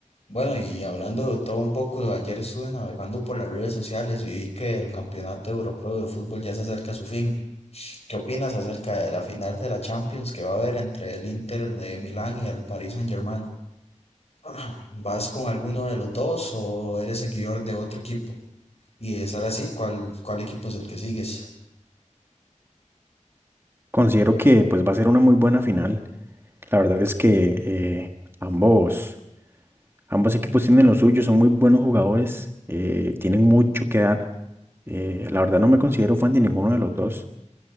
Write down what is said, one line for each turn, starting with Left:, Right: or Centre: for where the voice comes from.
Left: Bueno, y hablando de todo un poco, ayer estuve navegando por las redes sociales y vi que el Campeonato Europeo de Fútbol ya se acerca a su fin. ¿Qué opinas acerca de la final de la Champions que va a haber entre el Inter de Milán y el Paris Saint-Germain? <clears throat> ¿Vas con alguno de los dos o eres seguidor de otro equipo? Y de ser así, ¿cuál, cuál equipo es el que sigues?
Right: Considero que pues va a ser una muy buena final. La verdad es que eh, ambos, ambos equipos tienen lo suyo, son muy buenos jugadores, eh, tienen mucho que dar. Eh, la verdad no me considero fan de ninguno de los dos.